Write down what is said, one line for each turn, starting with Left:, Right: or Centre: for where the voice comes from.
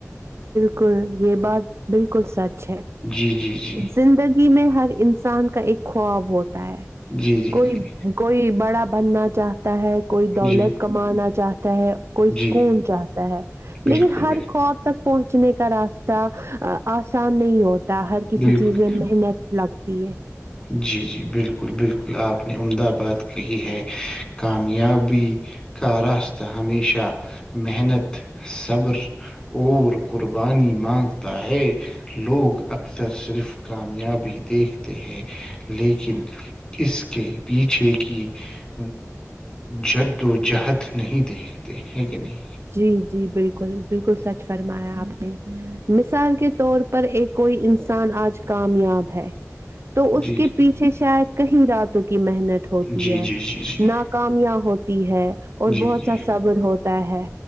Right: کل یہ بات بالکل سچ ہے
Left: جی جی جی
Right: زندگی میں ہر انسان کا ایک خواب بہت <unintelligible> ہے
Left: جی جی
Right: کوئی
Left: جی
Right: کوئی بڑا بننا <unintelligible> چاہتا ہے <unintelligible> کوئی دولت
Left: جی
Right: کمانا چاہتا <unintelligible> ہے کوئی
Left: جی
Right: سکون چاہتا ہے
Left: بالکل
Right: لیکن ہر
Left: بالکل
Right: خواب <unintelligible> پہنچنے کا راستہ آسان نہیں ہوتا ہر کسی
Left: بالکل
Right: چیز میں محنت لگ <unintelligible> پ ہے <unintelligible>
Left: جی جی بالکل بالکل آپ نے عمدہ آ باد کہی ہے کامیابی کا راستہ ہمیشہ محنت صبر اور قربانی مانگتا ہے لوگ اکثر صرف کامیابی دیکھتے ہے لیکن اس کے پیچھے کی <unintelligible> جدو ج <unintelligible> جہد نہیں دیکھتے ہیں کہ نہیں
Right: جی جی بالکل بالکل سچ فرمایا آپ نے مس مثال کے طور پر ایک کوئی انسان آج کامیاب ہے تو اس
Left: جی جی
Right: کے پیچھے شاید کہیں راتوں محنت ہوتی
Left: جی
Right: ہے
Left: جی جی جی
Right: ناکامیاب ہوتی ی ہے <unintelligible> اور
Left: جی
Right: بہت
Left: جی
Right: سا صبر ہوتا ہے